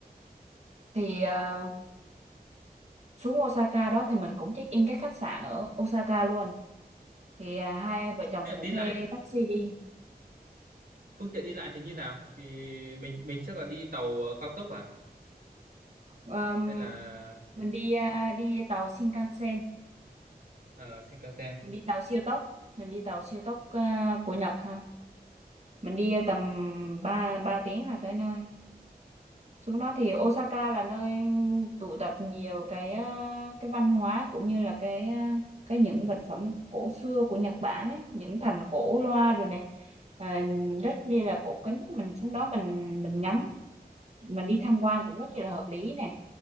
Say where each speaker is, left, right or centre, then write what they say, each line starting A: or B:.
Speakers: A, on the right; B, on the right.
A: Thì à, xuống Osaka đó thì mình cũng check in cái khách sạn ở Osaka luôn. Thì à, hai vợ chồng
B: Thế
A: sẽ
B: đi
A: thuê
B: lại
A: taxi đi
B: phương tiện đi lại thì như nào thì mình mình chắc là đi tàu ờ, cao tốc à
A: Ờm,
B: hay là
A: mình đi à, đi tàu Shinkansen
B: ờ, Shinkansen
A: mình đi tàu siêu tốc mình đi tàu siêu tốc à, của Nhật ha mình đi tầm 3 3 tiếng là tới nơi xuống đó thì Osaka là nơi tụ tập nhiều cái à, cái văn hóa cũng như là cái à, cái những vật phẩm cổ xưa của Nhật Bản ấy những thành cổ loa rồi này à, rất như là cổ kính mình xuống đó mình mình ngắm mình đi tham quan cũng rất là hợp lý nè